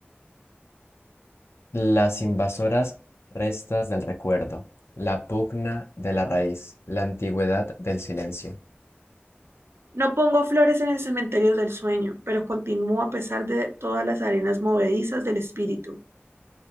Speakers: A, on the left; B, on the right.
A: Las invasoras restas del recuerdo, la pugna de la raíz, la antigüedad del silencio.
B: No pongo flores en el cementerio del sueño, pero continúo a pesar de todas las arenas movedizas del espíritu.